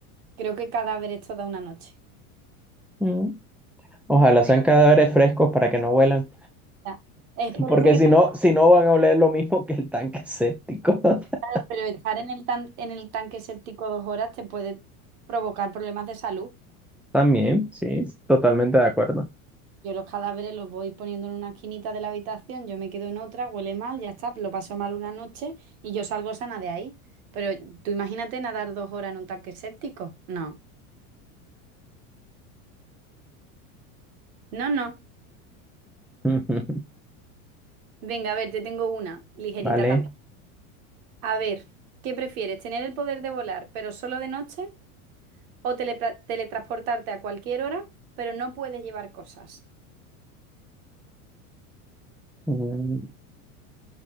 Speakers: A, on the right (about 70°); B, in the centre.
A: Creo que cadáver es toda una noche.
B: Mm. Ojalá sean
A: Creo
B: cadáveres
A: que
B: frescos para que no huelan.
A: está- Es por
B: Porque
A: eso que
B: si
A: está...
B: no, si no van a oler lo mismo que el tanque séptico. <laughs>
A: Claro, pero estar en el tan- en el tanque séptico dos horas te puede provocar problemas de salud.
B: También, sí, totalmente de acuerdo.
A: Yo los cadáveres los voy poniendo en una esquinita de la habitación, yo me quedo en otra, huele mal, ya está, lo paso mal una noche y yo salgo sana de ahí. Pero tú imagínate nadar dos horas en un tanque séptico. No, no, no.
B: <laughs>
A: Venga, a ver, te tengo una, ligerita
B: Vale.
A: también. A ver, ¿qué prefieres? ¿Tener el poder de volar, pero solo de noche? O telepra- teletransportarte a cualquier hora, pero no puedes llevar cosas.
B: Mm,